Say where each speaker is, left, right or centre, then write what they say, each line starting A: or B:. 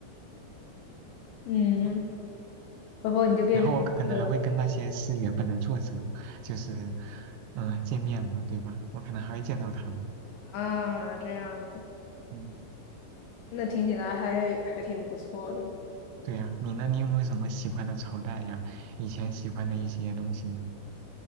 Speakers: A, on the left (about 80°); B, on the right (about 85°).
A: 嗯，
B: <laughs>
A: 然后你就变成一个
B: 然后我可能还会跟那些诗原本的作者，就是，嗯、见面嘛，对吧？我可能还会见到他们。
A: 啊，这样子，
B: 嗯，
A: 那听起来还还挺不错的。
B: 对呀，你呢？你有没有什么喜欢的朝代呀？以前喜欢的一些东西呢？